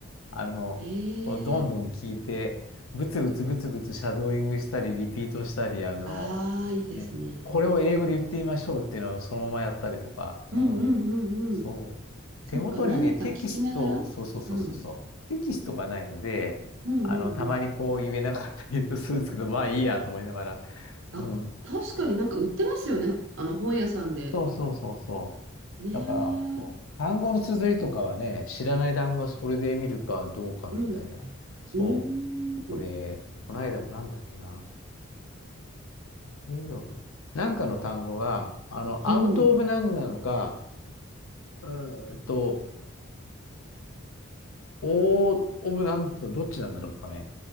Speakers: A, on the left; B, on the right.
A: あの、
B: へ
A: こうどんどん聞いて、
B: え。
A: ブツブツブツブツシャドーイングしたり、リピートしたり、あの、
B: ああ、いいですね。
A: うん、これを英語で言ってみましょうっていうのをそのままやったりとか、
B: うんうんうんうん。
A: うん、そう。
B: そっか、
A: 手元にね、
B: 何か聞きながら。
A: テキスト、そうそうそうそうそう。
B: うん。
A: テキストがないので、
B: うんうんうん。
A: あの、たまにこう言えなかったり <laughs> するんですけど、まあいいやと思いながら。
B: あ、
A: うん。
B: 確かになんか売ってますよね。あの本屋さんで。
A: そうそうそうそう。
B: ねえ。
A: だから、そう。単語の綴りとかはね、知らない単語はそれで見るかどうかみたいな。
B: うん。
A: そう。
B: うーん。
A: これ、この間もなんだっけな。レイオフなんかの単語が、あの、
B: うん。
A: アウトオブなんなのか、うーんと、オーオブなんとどっちなんだろうとかね。